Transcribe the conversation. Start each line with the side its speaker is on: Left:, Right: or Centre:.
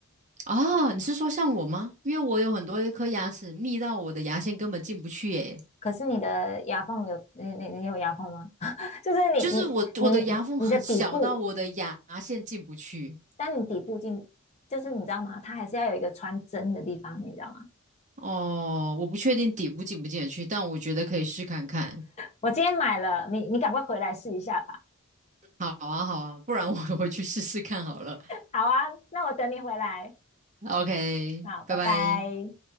Right: 哦，你是说像我吗？因为我有很多一颗牙齿密到我的牙线根本进不去，诶，
Left: 可是你的牙缝有你你你有牙缝吗？<laughs> 就是你你你你的底部，
Right: 就是我我的牙缝很小到我的牙线进不去。
Left: 但你底部进就是你知道吗？它还是要有一个穿针的地方，你知道吗？
Right: 哦，我不确定底部进不进得去，但我觉得可以试看看。
Left: 我今天买了，你你赶快回来试一下吧。
Right: 好啊，好啊，不然我 <laughs> 回去试试看好了。
Left: 好啊，那我等你回来。
Right: OK，
Left: 好，拜拜。
Right: 拜拜。